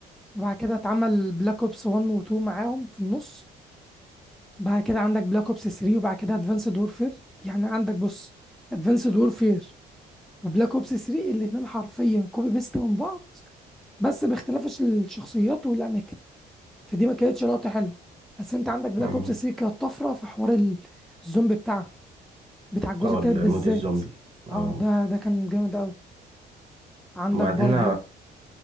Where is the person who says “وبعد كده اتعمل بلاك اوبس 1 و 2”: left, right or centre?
Centre